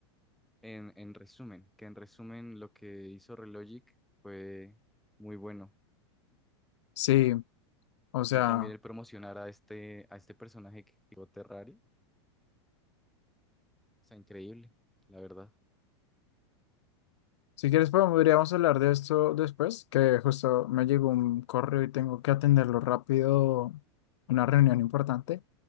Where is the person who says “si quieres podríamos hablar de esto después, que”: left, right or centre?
Left